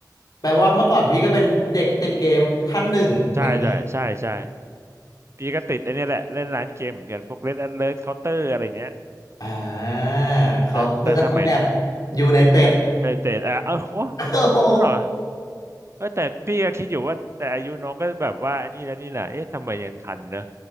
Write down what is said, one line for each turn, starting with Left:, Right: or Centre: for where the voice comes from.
Left: แปลว่าเมื่อก่อนพี่ก็เป็นเด็กติดเกมท่านหนึ่งเหมือนกัน
Right: ใช่ใช่ใช่ใช่ พี่ก็ติดไอันนี้ยแหละเล่นร้านเกมเหมือนกันพวก Red Alert Counter อะไรเงี้ย
Left: อ่าเขาเมื่อก็ต้องแบบ
Right: แต่แต่สมัย
Left: อยู่ <laughs> ในเต็ด
Right: เออแต่อ่ะเออโอ้
Left: โอ้โห
Right: นั่นเหรอเออแต่พี่ก็คิดอยู่ว่าแต่อายุน้องก็แบบว่าอันนี้แล้วนี่แหละเอ๊ะทำไมยังทันเนอะ